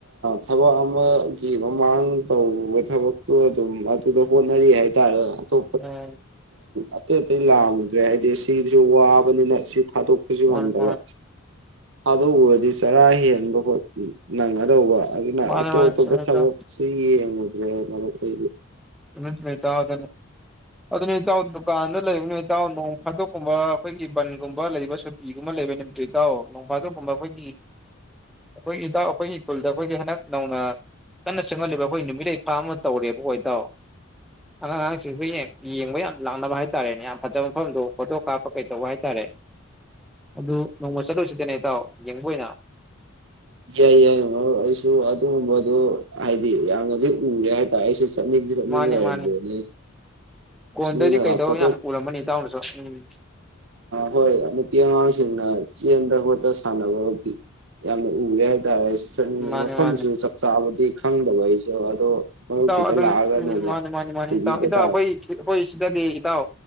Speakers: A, on the right (about 60°); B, in the centre.
A: ꯊꯕꯛ ꯑꯃꯒꯤ ꯃꯃꯥꯡ ꯇꯧꯕ ꯊꯕꯛꯇꯣ ꯑꯗꯨꯝ ꯑꯗꯨꯗ ꯍꯣꯠꯅꯔꯤ ꯍꯥꯏꯇꯥꯔꯦ ꯁ
B: ꯎꯝ
A: ꯑꯇꯩ ꯑꯇꯩ ꯂꯥꯛꯔꯨꯗ꯭ꯔꯦ ꯍꯥꯏꯗꯤ ꯁꯤꯁꯨ ꯋꯥꯕꯅꯤꯅ ꯊꯥꯗꯣꯛꯄꯁꯨ ꯉꯝꯗꯕ
B: ꯃꯥꯅꯤ ꯃꯥꯅꯤ
A: ꯑꯗ ꯎꯗꯤ ꯁꯔꯥꯏ ꯍꯕꯣ ꯎ ꯅꯪꯒꯗꯧꯕ ꯑꯗꯨꯅ
B: ꯃꯥꯅꯤ
A: ꯑꯇꯣꯞ
B: ꯃꯥꯅꯤ
A: ꯑꯇꯣꯞꯄ
B: ꯆꯨꯝꯃꯤ
A: ꯊꯕꯛ
B: ꯏꯇꯥꯎ
A: ꯁꯨꯏꯌꯦꯉ ꯃꯔ ꯀꯩ
B: ꯃꯤꯃꯤ ꯏꯇꯥꯎ ꯑꯗꯨ ꯑꯗꯨꯅꯦ ꯏꯇꯥꯎ ꯗꯨꯀꯥꯟꯗ ꯂꯩꯕ ꯅꯨꯃꯤ ꯏꯇꯥꯎ ꯅꯣꯡ ꯐꯥꯗꯣꯛꯀꯨꯝꯕ ꯑꯩꯈꯣꯏꯒꯤ ꯕꯟꯒꯨꯝꯕ ꯂꯩꯕ ꯁꯨꯇꯤꯒꯨꯝꯕ ꯂꯩꯕ ꯅꯨꯃꯤꯠꯇꯨ ꯏꯇꯥꯎ ꯅꯣꯡ ꯐꯥꯗꯣꯛꯀꯨꯝꯕ ꯑꯩꯈꯣꯏꯒꯤ ꯑꯩꯈꯣꯏꯒꯤ ꯏꯇꯥꯎ ꯑꯩꯈꯣꯏꯒꯤ ꯈꯨ꯭ꯨꯜꯗ ꯑꯩꯈꯣꯏꯒꯤ ꯍꯟꯗꯛ ꯅꯧꯅ ꯀꯟꯅ ꯆꯪꯍꯜꯂꯤꯕ ꯑꯩꯈꯣꯏ ꯅꯨꯃꯤꯠ ꯂꯩ ꯐꯥ ꯑꯃ ꯇꯧꯔꯦꯕꯀꯣ ꯏꯇꯥꯎ ꯑꯉꯥꯡ ꯑꯉꯥꯡꯁꯤꯡꯁꯨ ꯌꯦꯡꯕ ꯌꯥꯝ ꯂꯥꯡꯅꯕ ꯍꯥꯏ ꯇꯥꯔꯦꯅꯦ ꯌꯥꯝ ꯐꯖꯕ ꯃꯐꯝꯗꯣ ꯐꯣꯇꯣ ꯀꯥꯞꯄ ꯀꯩ ꯇꯧꯕ ꯍꯥꯏ ꯇꯥꯔꯦ ꯑꯗꯨ ꯅꯣꯡꯃ ꯆꯠꯂꯨꯁꯤꯗꯅꯦ ꯏꯇꯥꯎ ꯌꯦꯡꯕ ꯑꯣꯏꯅ
A: ꯌꯥꯏ ꯌꯥꯏ ꯃ ꯑꯩꯁꯨ ꯑꯗꯨꯒꯨꯝꯕꯗꯨ ꯍꯥꯏꯗꯤ ꯌꯥꯝꯅꯗꯤ ꯎꯔꯦ ꯍꯥꯏꯇꯥꯔꯦ ꯑꯩꯁꯨ
B: ꯃꯥꯅꯤ
A: ꯅꯤꯡꯉꯥꯏ
B: ꯃꯥꯅꯤ ꯀꯣꯟꯗꯗꯤ
A: ꯁꯨꯃꯤꯅꯒ
B: ꯀꯩꯗꯧ
A: ꯐꯣꯇꯣꯛ
B: ꯌꯥꯝ ꯎꯔꯝꯃꯅꯤ ꯏꯇꯥꯎꯅꯁꯨ ꯎꯝ
A: ꯍꯣꯏ ꯅꯨꯄꯤ ꯑꯉꯥꯡꯁꯤꯡꯅ ꯁꯥꯟꯅꯕ ꯌꯥꯝ ꯎ ꯍꯥꯏ ꯆꯅꯤꯡꯉ
B: ꯃꯥꯅꯤ
A: ꯃꯐꯝꯁꯨ
B: ꯃꯥꯅꯤ
A: ꯆꯞ ꯆꯥꯕꯗꯤ ꯈꯪꯗꯕ ꯑꯩꯁꯨꯦ ꯑꯗꯣ ꯃꯔꯨꯞꯀꯤꯗ
B: ꯏꯇꯥꯎ ꯑꯗꯨꯝ
A: ꯂꯥꯛꯑꯒ
B: ꯎꯝ
A: ꯅꯣꯡꯃ
B: ꯃꯥꯅꯤ ꯃꯥꯅꯤ ꯃꯥꯅꯤ
A: ꯄꯨꯕꯤꯕ
B: ꯏ ꯏꯇ ꯑꯩꯣꯏ
A: ꯇꯥꯔꯦ
B: ꯑꯩꯈꯣꯏ ꯁꯤꯗꯒꯤ ꯏꯇꯥꯎ